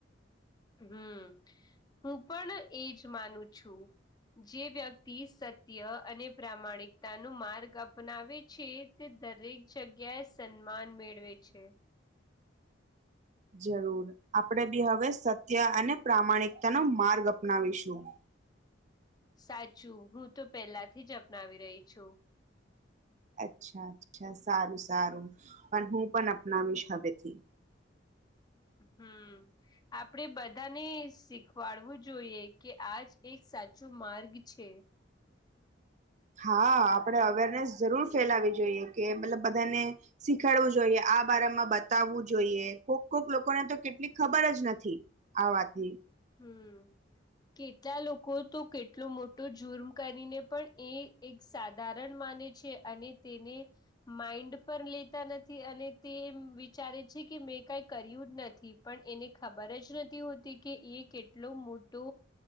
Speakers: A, on the left; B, on the right.
A: હમ હું પણ એજ માનું છું. જે વ્યક્તિ સત્ય અને પ્રામાણિકતા ન માર્ગ અપનાવે છે. તે દરેક જગ્યાએ સન્માન મેળવે છે.
B: જરૂર આપણેે બી હવે સત્ય અને પ્રામાણિકતા નો માર્ગ અપનાવીશું.
A: સાચું હું તો પેલાથી જ અપનાવી રહી છું.
B: અચ્છા અચ્છા સારું સારું પણ હું પણ અપનાવીશ હવેથી
A: હમ આપણેે બધાને શીખવાડવું જોઈએ કે આજ એક સાચું માર્ગ છે.
B: હા આપણેે અવેરનેસ જરૂર ફેલાવી જોઈએ કે મતલબ બધાને શીખાડવું જોઈએ આ બારમાં બતાવવું જોઈએ કોક કોક લોકોને તો કેટલી ખબર જ નથી. આવાત ની
A: હમ કેટલા લોકો તો કેટલો મોટો જુર્મ કરીને પણ એ એક સાધારણ માને છે અને તેને માઈન્ડ પણ લેતા નથી અને તે એ વિચારે છે કે મેં કઈ કર્યું જ નથી. પણ એને ખબર જ નથી હોતી કે એક કેટલો મોટો